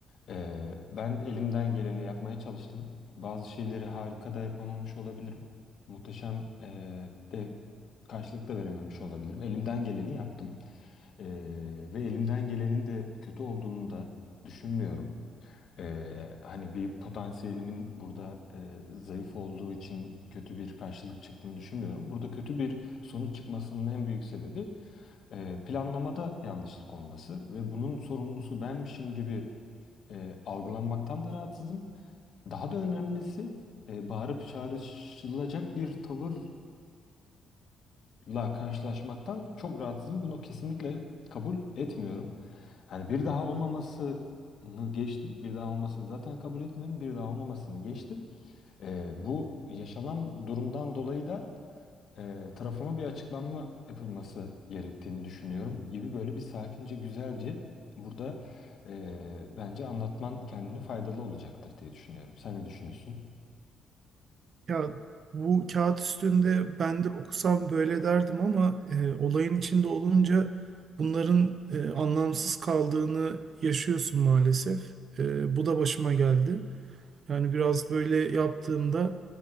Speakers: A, on the left (about 60°); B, on the right (about 55°).
A: E, ben elimden geleni yapmaya çalıştım. Bazı şeyleri harika da yapamamış olabilirim. Muhteşem eee, de karşılık da verememiş olabilirim. Elimden geleni yaptım. Eee, ve elimden gelenin de kötü olduğunu da düşünmüyorum. Ee, hani bir potansiyelimin burada e, zayıf olduğu için kötü bir karşılık çıktığını düşünmüyorum. Burada kötü bir sonuç çıkmasının en büyük sebebi e, planlamada yanlışlık olması ve bunun sorumlusu benmişim gibi e, algılanmaktan da rahatsızım. Daha da önemlisi e, bağırıp çağrışılacak bir tavır la karşılaşmaktan çok rahatsızım. Bunu kesinlikle kabul etmiyorum. Hani bir daha olmamasını geçtim. Bir daha olmasını zaten kabul etmiyorum. Bir daha olmamasını geçtim. Ee, bu yaşanan durumdan dolayı da e, tarafıma bir açıklanma yapılması gerektiğini düşünüyorum gibi böyle bir sakince güzelce burada e, bence anlatman kendini faydalı olacaktır diye düşünüyorum. Sen ne düşünüyorsun?
B: Ya bu kağıt üstünde ben de okusam böyle derdim ama e, olayın içinde olunca bunların e, anlamsız kaldığını yaşıyorsun maalesef. E, bu da başıma geldi. Yani biraz böyle yaptığımda